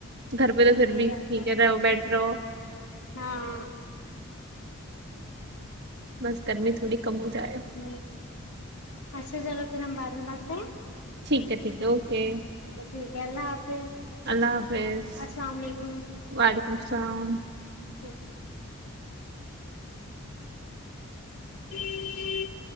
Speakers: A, on the right; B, on the left.
A: گھر پہ
B: یہی
A: تو پھر بھی
B: رہتا
A: ٹھیک ہے رہ بیٹھ رہ ہو
B: ہاں
A: بس گرمی تھوڑی کم ہو جائے
B: ہ اچھا چلو پھر ہم بعد میں بات ہیں
A: ٹھیک ہے ٹھیک ہے اوکے
B: ٹھیک ہے اللہ حافظ
A: اللہ حافظ
B: السلام علیکم
A: وعلیکم السلام
B: تو ج ج